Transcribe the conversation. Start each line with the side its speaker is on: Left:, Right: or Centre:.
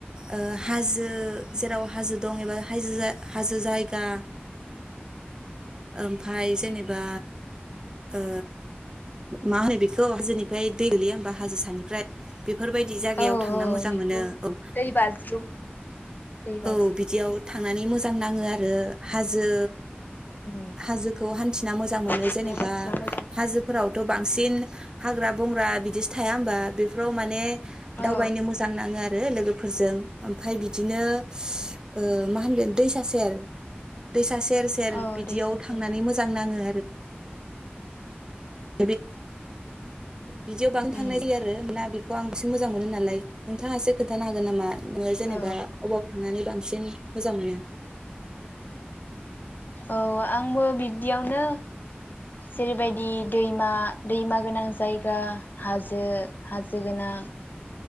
Right: ओ हाजो जेराव हाजो दं एबा हाजो हाजो जायगा ओमफाय जेनेबा ओ मा होनो बेखौ हाजोनिफ्राय दै गोलैया होमबा हाजो सानिफ्राय बेफोरबायदि जायगायाव
Left: औ
Right: थांना
Left: औ
Right: मोजां
Left: बेखौ
Right: मोनो औ
Left: दै बाज्रुम दै बाज्रुम
Right: औ बिदियाव थांनानै मोजां नाङो आरो। आरो हाजो
Left: उम
Right: हाजोखौ हान्थिना मोजां मोनो
Left: बेखौ
Right: जेनेबा
Left: हान्थिना मोजां
Right: हाजोफोरावथ' बांसिन हाग्रा बंग्रा बिदि थाया होमबा बेफोराव माने
Left: मोनो।
Right: दावबायनो
Left: औ
Right: मोजां नाङो आरो। ओ लोगोफोरजों ओमफ्राय बिदिनो ओ मा होनगोन दैसा सेर दैसा सेर सेर
Left: औ
Right: बिदियाव
Left: दै सेर
Right: थांनानै
Left: सेर
Right: मोजां नाङो। <unintelligible> बिदियाव बांनो थांनाय
Left: उम
Right: जायो आरो लाबइउ आं बांसिन मोजां मोनो नालाय नोंथाङा एसे खोन्थानो हागोन नामा? जेनेबा
Left: औ
Right: अबाव थांनानै बांसिन मोजां मोनो।
Left: औ आंबो बि बिदियावनो जेरैबायदि दैमा दैमा गोनां जायगा हाजो हाजो गोनां